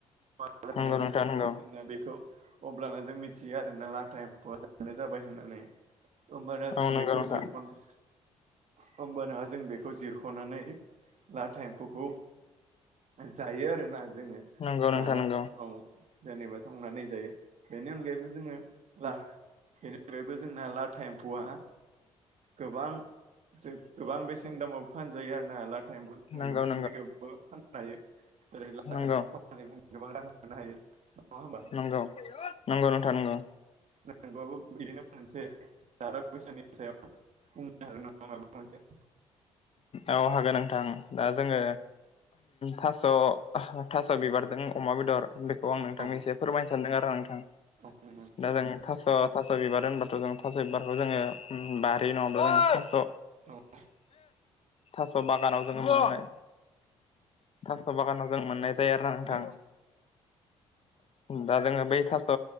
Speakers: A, on the right; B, on the left.
A: खालांनायनि
B: नंगौ नोंथां नंगौ
A: उनाव जोंना बेखौ अब्लानो जों मिथियो आरोना लाथा एमफैआ जानो जाबाय होननानै होमबाना जों
B: औ नंगौ
A: बेखौ
B: नोंथां
A: जिरख'नो होमबाना जों बेखौ जिरख'नानै लाथा एम्फौखौ जायो आरोना जोंङो
B: नंगौ
A: जाना
B: नोंथां नंगौ
A: औ जेनेबा संनानै जायो बेनि अनगायैबो जोंङो ला बेनिफ्रायबो जोंना लाटा एम्फौआ गोबां जों गोबां बेसेन दामाव फानजायो आरो ना लाटा इमफै
B: नंगौ
A: जों गोबां
B: नंगौ
A: जायगायावबो फाननो हायो जेरै लाथा
B: नंगौ
A: एमफैखौ फाननानै गोबां रां मोननो हायो नङा होमबा
B: नंगौ नंगौ नोंथां नंगौ
A: नंगौबाबो बिदिनो मोनसे <unintelligible> सायाव माबा मोनसे
B: औ हागोन नोंथां दा जोंङो थास' थास' बिबारजों अमा बेदर बेखौ आं नोंथांनि
A: औ
B: एसे फोरमायनो सानदों आरो नोंथां
A: औ
B: दा
A: फोरमाय
B: जों थास' थास' बिबार होनबाथ' जों थास' बिबारखौ जोंङो ओम बारि नङाब्ला जों थास'
A: औ
B: थास' बागानाव जों मोनाय थास' बागानाव जों मोननाय जायो आरोना
A: औ
B: नोंथां
A: औ
B: दा जोंङो बै थास'